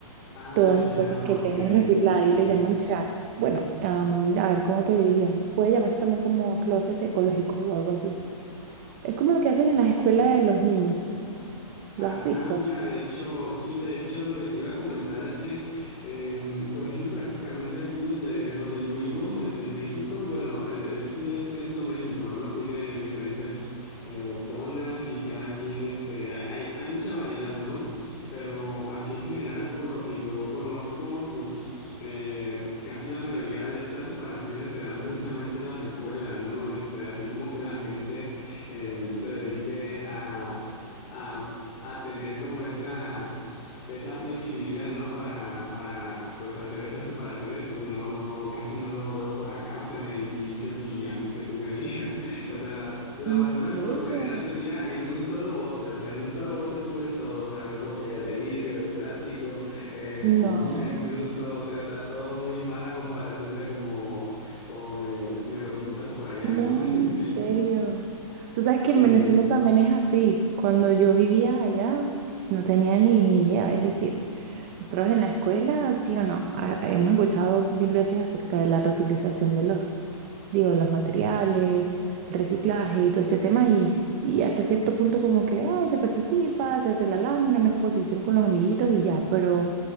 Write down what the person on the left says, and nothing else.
Ah,
ya,
ok.
Sí.
Ajá,
mira, de hecho, sí, de hecho lo que te iba a comentar es que, eh, pues sí, prácticamente aquí donde, donde yo vivo, este, en México, bueno, eh, es muy extenso México, ¿no? Tiene diferentes eh, zonas y cada quien, este, hay, hay, hay mucha variedad, ¿no? Pero así en general, por lo que yo conozco, pues eh, casi la mayoría de estas separaciones se dan precisamente en las escuelas, ¿no? Este, así como que la gente eh, se dedique a... a a tener como esa, esa flexibilidad, ¿no? Para, para, pues hacer esas separaciones, pues no, no, casi no lo veo por acá, o sea, en edificios y así que tú me digas, <laughs> o sea, la, la
basura
por lo general se tira en un solo bote, o sea, en un solo bote tú ves todo, o sea, ves botellas de vidrio, de plástico, eh,
comida incluso, o sea, está todo muy mal a comparación de como, como me, me lo pintas por allá,
¿no? <laughs>
Sí,
sí,